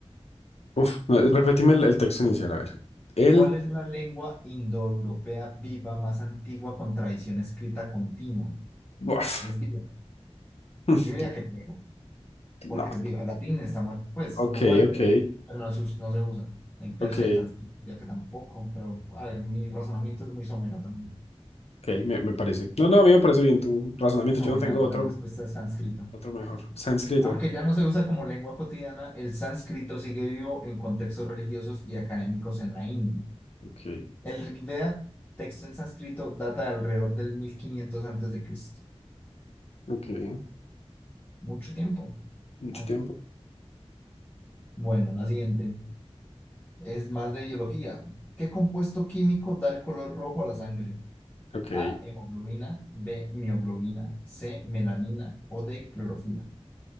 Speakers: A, on the left; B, on the left.
A: Uf, no, repetime el, el texto inicial, a ver. El.
B: ¿Cuál es la lengua indoeuropea viva más antigua con tradición escrita continua?
A: Uf.
B: Es viva.
A: <laughs> mm,
B: Yo diría que es viva, porque
A: No.
B: es viva. El latín está muerto, pues
A: Ok,
B: no muerto,
A: ok,
B: pero no, se us- no se usa. El persa
A: ok,
B: y el sánscrito diría que tampoco, pero a ver, mi razonamiento es muy somero también.
A: ok, me, me parece. No, no, a mí me parece bien tu razonamiento.
B: No,
A: Yo no tengo
B: la,
A: otro,
B: la respuesta es sánscrito.
A: otro mejor. Sánscrito.
B: Aunque ya no se usa como lengua cotidiana, el sánscrito sigue vivo en contextos religiosos y académicos en la India.
A: Ok,
B: El Rig Veda, texto en sánscrito, data de alrededor del mil quinientos antes de Cristo.
A: ok.
B: Mucho tiempo.
A: Mucho
B: Ah,
A: tiempo.
B: Bueno, la siguiente es más de biología. ¿Qué compuesto químico da el color rojo a la sangre?
A: Ok.
B: A, hemoglobina, B, mioglobina, C, melanina o D, clorofila.